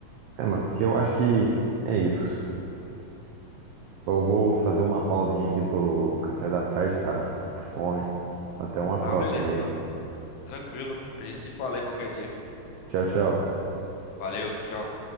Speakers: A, on the right (about 75°); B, on the left (about 80°).
A: é, mano, porque eu acho que é isso. Eu vou fazer uma pausinha aqui pro café da tarde, cara. Tô com fome. Até uma
B: não,
A: próxima
B: beleza,
A: aí.
B: mano. Tranquilo. A gente se fala aí qualquer dia.
A: Tchau, tchau.
B: Valeu, tchau.